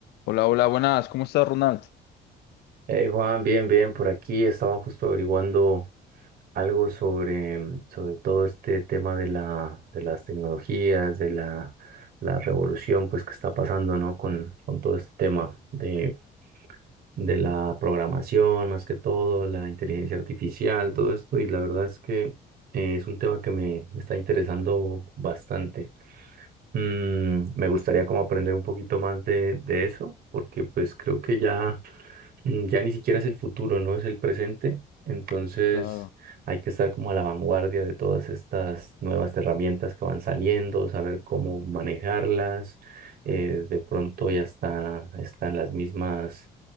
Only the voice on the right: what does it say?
Hey Juan, bien, bien, por aquí estaba justo averiguando algo sobre, mm, sobre todo este tema de la, de las tecnologías, de la, la revolución pues que está pasando, ¿no? Con, con todo este tema de, de la programación, más que todo, la inteligencia artificial, todo esto, y la verdad es que eh, es un tema que me, me está interesando bastante. Mm, me gustaría como aprender un poquito más de, de eso, porque pues creo que ya mm, ya ni siquiera es el futuro, ¿no? Es el presente. Entonces
hay que estar como a la vanguardia de todas estas nuevas herramientas que van saliendo, saber cómo manejarlas. eh, de pronto ya está, están las mismas